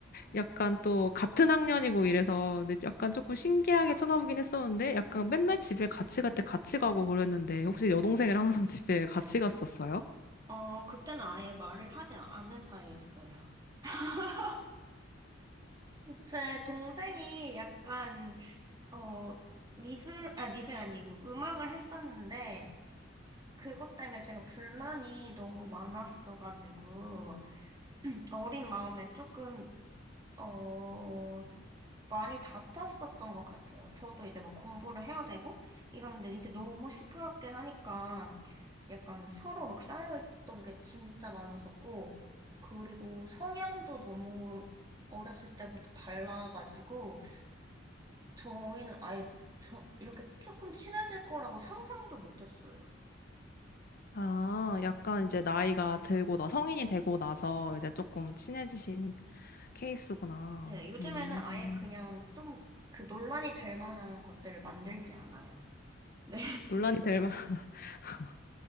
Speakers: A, on the left (about 50°); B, on the right (about 20°).
A: 약간 또 같은 학년이고 이래서 근데 약간 조금 신기하게 쳐다보긴 했었는데 약간 맨날 집에 같이 갈 때 같이 가고 그랬는데 혹시 여동생이랑 항상 <laughs> 집에 같이 갔었어요?
B: 어 그때는 아예 말을 하지 않는 사이였어요. <laughs> 제 동생이 약간 어 미술 아 미술 아니고 음악을 했었는데 그것 때문에 제가 불만이 너무 많았어가지고 어린 마음에 조금, 어, 많이 다퉜었던 것 같아요. 저도 이제 막 공부를 해야 되고 이러는데 이제 너무 시끄럽게 하니까 약간 서로 막 쌓여있던 게 진짜 많았었고, 그리고 성향도 너무 어렸을 때부터 달라가지고, 저희는 아예 저, 이렇게 조금 친해질 거라고 상상도 못했어요.
A: 아, 약간 이제 나이가 들고 나 성인이 되고 나서 이제 조금 친해지신 케이스구나.
B: 네, 요즘에는
A: 음,
B: 아예 그냥 좀 그 논란이 될 만한 것들을 만들지 않아요. 네.
A: 논란이 될 만. <laughs>